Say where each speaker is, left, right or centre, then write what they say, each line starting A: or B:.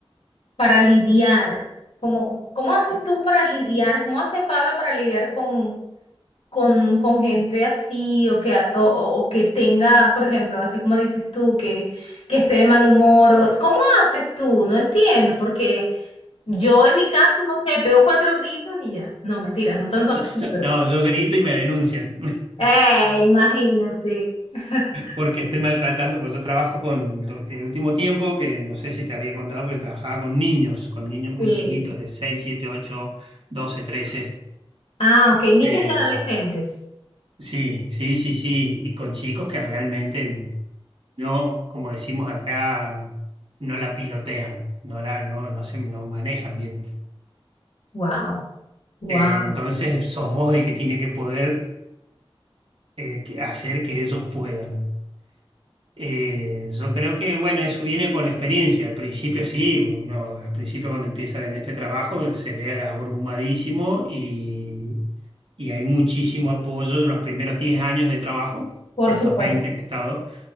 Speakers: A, on the left; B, on the right.
A: para lidiar? ¿Cómo, cómo haces tú para lidiar? ¿Cómo hace Pablo para lidiar con, con, con gente así o que, a- o, o- o que tenga, por ejemplo, así como dices tú, que, que esté de mal humor? o- ¿cómo haces tú? No entiendo, porque yo en mi caso, no sé, pego cuatro gritos y ya. No, mentira, no tanto así,
B: <laughs>
A: pero...
B: no, yo grito y me denuncian.
A: ¡Eh, imagínate! <laughs>
B: porque estoy maltratando, pues yo trabajo con, el último tiempo, que no sé si te había contado, pero trabajaba con niños, con niños muy
A: Sí.
B: chiquitos, de 6, 7, 8, 12, 13.
A: Ah, ok, niños
B: Eh,
A: y adolescentes.
B: sí, sí, sí, sí, y con chicos que realmente no, como decimos acá, no la pilotean, no la, no, no se, no manejan bien.
A: Wow, wow,
B: Eh, entonces sos vos el que tiene que poder eh, que- hacer que ellos puedan. Eh, yo creo que, bueno, eso viene con la experiencia. Al principio sí, uno al principio cuando empieza en este trabajo se ve abrumadísimo y, y hay muchísimo apoyo de los primeros 10 años de trabajo,
A: por
B: de estos
A: supuesto.
B: 20 que he estado,